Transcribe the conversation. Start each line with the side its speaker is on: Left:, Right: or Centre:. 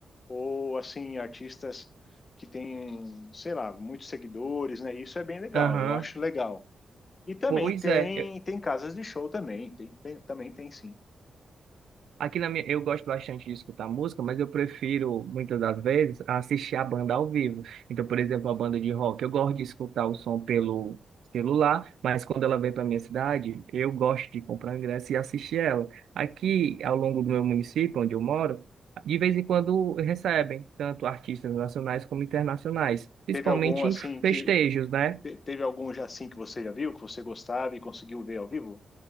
Left: ou assim artistas que têm, sei lá, muitos seguidores, né? Isso é bem legal,
Right: Aham.
Left: eu acho legal. E também
Right: Pois
Left: tem
Right: é,
Left: tem casas de show também, tem, tem- também tem sim.
Right: Aqui na minha, eu gosto bastante de escutar música, mas eu prefiro, muitas das vezes, assistir a banda ao vivo. Então, por exemplo, a banda de rock, eu gosto de escutar o som pelo celular, mas quando ela vem para minha cidade, eu gosto de comprar ingresso e assistir ela. Aqui, ao longo do meu município, onde eu moro, de vez em quando recebem tanto artistas nacionais como internacionais, principalmente
Left: Teve algum assim
Right: em
Left: que
Right: festejos, né?
Left: te- teve algum já assim que você já viu, que você gostava e conseguiu ver ao vivo